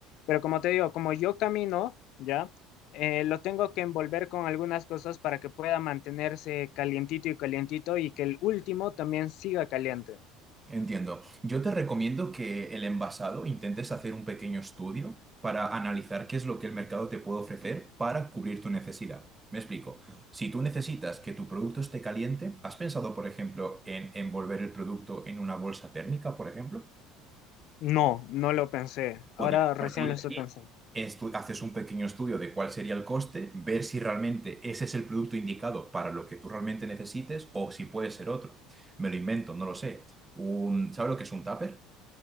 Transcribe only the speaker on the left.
pero como te digo, como yo camino, ya, eh, lo tengo que envolver con algunas cosas para que pueda mantenerse calientito y calientito y que el último también siga caliente.
No, no lo pensé.
Ahora recién
lo estoy
pensando.